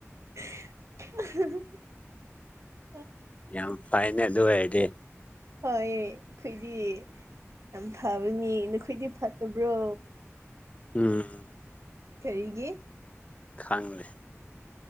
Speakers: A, on the right; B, on the left.
A: ꯑꯍꯍꯍ
B: ꯌꯥꯝ ꯐꯥꯏꯅꯦ ꯑꯗꯨ ꯑꫭꯏꯔꯗꯤ
A: ꯍꯣꯏꯌꯦ ꯑꯈꯣꯏꯗꯤ ꯌꯥꯝ ꯐꯕꯅꯤ ꯅꯈꯣꯏꯗꯤ ꯐꯠꯇꯕ꯭ꯔꯣ
B: ꯎꯝ
A: ꯀꯔꯤꯒꯤ
B: ꯈꯪꯗꯦ